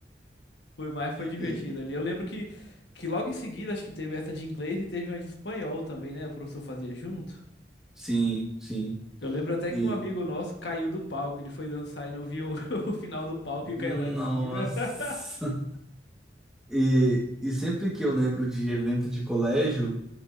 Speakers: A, on the left; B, in the centre.
A: Foi mais, foi divertido
B: E-
A: ali. Eu lembro que, que logo em seguida, acho que teve essa de inglês e teve uma de espanhol também, né? O professor fazia junto.
B: Sim, sim.
A: Eu lembro até
B: E
A: que um amigo nosso caiu do palco. Ele foi dançar e não viu <laughs> o final do palco e caiu
B: nossa.
A: lá de cima. <laughs>
B: E, e sempre que eu lembro de evento de colégio,